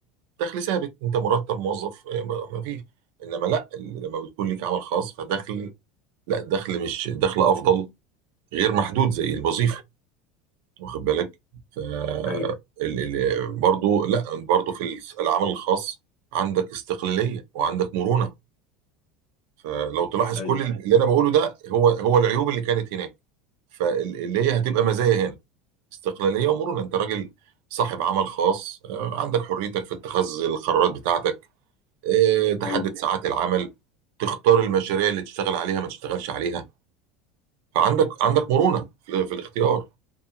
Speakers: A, on the right; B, on the left.
A: دخل ثابت انت مرتب موظف إيه، ما ما فيش انما لا لما بتكون لك عمل خاص فدخل لا الدخل مش الدخل افضل غير محدود زي الوظيفه واخد بالك ف
B: ايوه
A: ال- ال- برضو لا برضو في الس- العمل الخاص عندك استقلاليه وعندك مرونه فلو تلاحظ
B: ايوه
A: كل اللي انا بقوله ده هو هو العيوب اللي كانت هناك فاللي هي هتبقى مزايا هنا استقلالية ومرونة انت راجل صاحب عمل خاص آه، عندك حريتك في اتخاذ القرارات بتاعتك آه، تحدد
B: ايوه
A: ساعات العمل تختار المشاريع اللي تشتغل عليها ما تشتغلش عليها فعندك عندك مرونة في, في الاختيار